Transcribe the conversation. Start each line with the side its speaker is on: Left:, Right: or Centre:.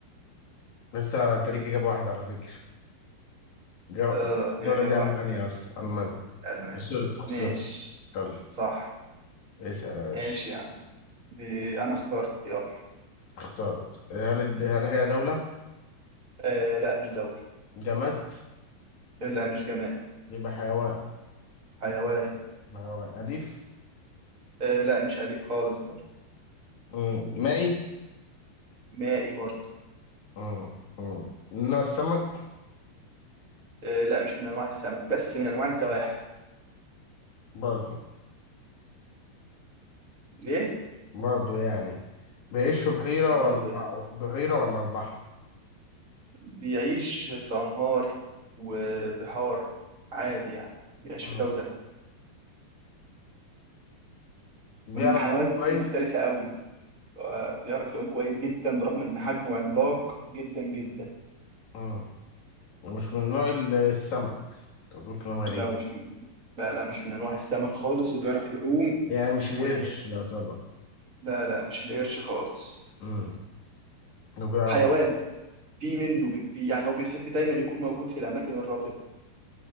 Left: لسه انت ليك اجابة واحدة على فكرة جو...
Right: اه
Left: الدولة
Right: يا جماعه
Left: دي المانيا اصلا المانيا
Right: المانيا
Left: خسرت خسرت
Right: ماشي
Left: يلا
Right: صح
Left: اسأل يا باشا
Right: ماشي يعني آه، انا اخترت يلا
Left: اخترت هل الد- هل هي دولة
Right: آه لا مش دوله
Left: جماد
Right: لا مش جماد
Left: يبقى حيوان
Right: حيوان
Left: حيوان أليف
Right: آه لا مش اليف خالص برضه
Left: مم. مائي
Right: مائي برضه
Left: مم. مم. من نوع السمك
Right: آه لا مش من انواع السمك بس من انواع الزواحف
Left: برضه
Right: ليه
Left: برضه يعني بيعيش في بحيرة
Right: برضه
Left: ولا
Right: يعني
Left: بحيرة ولا البحر
Right: بيعيش في أنهار وبحار عادي يعني بيعيش
Left: مم.
Right: في ده وده
Left: بيعرف
Right: ومن الحيوانات
Left: يعوم كويس
Right: المفترسة قوي آه، بيعرف يعوم كويس جدا برغم إن حجمه عملاق جدا جدا
Left: مم. ومش من نوع ال- السمك طب بتقول كلام غريب
Right: لا مش من لا لا مش من أنواع السمك خالص وبيعرف يعوم
Left: يعني مش
Right: و
Left: القرش يعتبر
Right: لا لا مش القرش خالص
Left: مم. انه بيعرف
Right: حيوان في منه بي... بي- يعني هو بيحب دايما يكون موجود في الأماكن الرطبة